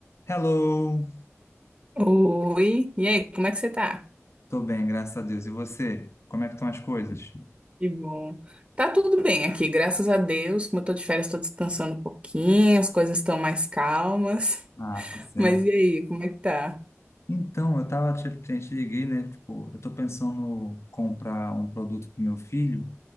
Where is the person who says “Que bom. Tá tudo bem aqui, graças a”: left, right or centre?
Right